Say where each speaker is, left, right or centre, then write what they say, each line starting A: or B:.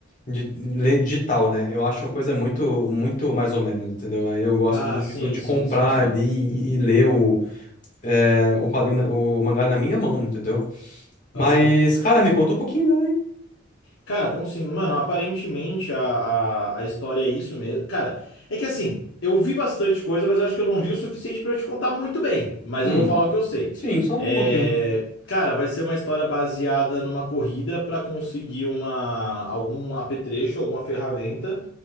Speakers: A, on the left; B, on the left.
A: de ler digital, né, eu acho uma coisa muito, muito mais ou menos, entendeu? Aí eu gosto
B: Ah,
A: de,
B: sim,
A: tipo, de
B: sim,
A: comprar
B: sim, sim.
A: ali e, e ler o, é, o quadrinho, na- o mangá na minha mão, entendeu? Mas,
B: Aham.
A: cara, me conta um pouquinho dela, hein?
B: Cara, conto sim. Mano, aparentemente a, a, a história é isso mesmo. Cara, é que assim, eu vi bastante coisa, mas eu acho que eu não vi o suficiente pra eu te contar muito bem. Mas
A: Hum,
B: eu vou falar o que eu sei.
A: sim, só um
B: É,
A: pouquinho.
B: Cara, vai ser uma história baseada numa corrida pra conseguir uma, algum apetrecho, alguma ferramenta